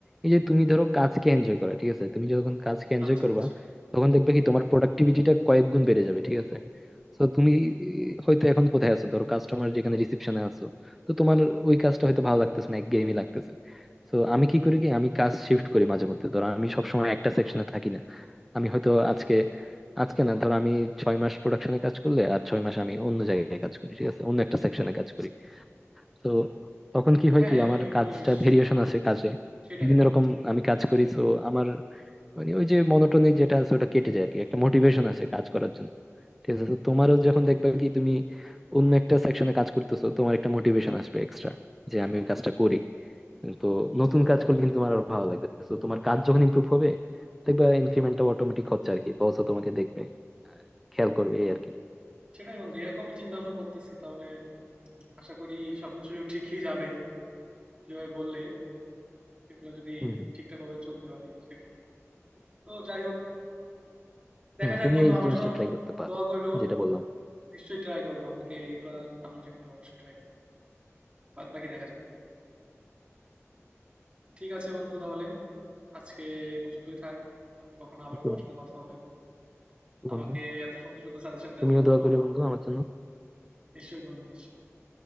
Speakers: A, in the centre; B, on the right (about 25°).
A: এই যে তুমি ধরো কাজকে এনজয় করা ঠিক আছে তুমি যখন কাজকে এনজয়
B: আচ্ছা,
A: করবা
B: আচ্ছা।
A: তখন দেখবে কি তোমার প্রোডাক্টিভিটিটা কয়েক গুণ বেড়ে যাবে ঠিক আছে তো তুমি ই, হয়তো এখন কোথায় আছো ধরো কাস্টমার যেখানে রিসেপশনে আছো তো তোমার ওই কাজটা হয়তো ভালো লাগতেছে না একঘেয়েমি লাগতেছে তো আমি কি করি কি আমি কাজ শিফট করি মাঝে মধ্যে ধরো আমি সবসময় একটা সেকশনে থাকি না আমি হয়তো আজকে আজকে না ধরো আমি ছয় মাস প্রোডাকশনে কাজ করলে আর ছয় মাস আমি অন্য জায়গায় কাজ করি ঠিক আছে অন্য একটা সেকশনে কাজ করি তো তখন কি হয়
B: হ্যাঁ,
A: কি
B: এভাবে
A: আমার
B: করলে
A: কাজটা
B: বেশ
A: ভেরিয়েশন আছে কাজে
B: সেটাই।
A: বিভিন্ন রকম আমি কাজ করি তো আমার মানে ওই যে মনোটনিক যেটা আছে ওটা কেটে যায় আর কি একটা মোটিভেশন আছে কাজ করার জন্য ঠিক আছে তো তোমারও যখন দেখবে কি তুমি অন্য একটা সেকশনে কাজ করতেছো তোমার একটা মোটিভেশন আসবে এক্সট্রা যে আমি ওই কাজটা করি তো নতুন কাজ করলে কিন্তু তোমার আর ভালো লাগবে তো তোমার কাজ যখন ইমপ্রুভ হবে দেখবে ইনক্রিমেন্টটা অটোমেটিক হচ্ছে আর কি বস তোমাকে দেখবে আহ, খেয়াল করবে এই আর কি
B: সেটাই বন্ধু, এরকমই চিন্তা-ভাবনা করতেছি। তাহলে উম আশা করি সবকিছু ঠিকই যাবে। তুমি যেভাবে বললে। সেগুলো যদি
A: হম হম
B: ঠিকঠাকভাবে চলতে পারি সেগুলো তো যাই হোক দেখা
A: হম,
B: যাক
A: তুমি
B: বন্ধু
A: এই
B: আমার
A: জিনিসটা
B: জন্য
A: ট্রাই করতে পারো
B: দোয়া করো
A: যেটা বললাম
B: নিশ্চয়ই ট্রাই করবো আমাকে এগুলা আমার জীবনে অবশ্যই ট্রাই করবো বাদ বাকি দেখা যাক ঠিক আছে বন্ধু তাহলে আজকে এই পর্যন্তই থাক পরে কখনো আবার
A: ওকে
B: তোমার সাথে কথা হবে
A: বন্ধু
B: আমাকে এত সুন্দর সুন্দর সাজেশন দেওয়ার
A: তুমিও
B: জন্য
A: দোয়া
B: ধন্যবাদ
A: করি বন্ধু আমার জন্য
B: নিশ্চয়ই বন্ধু নিশ্চয়ই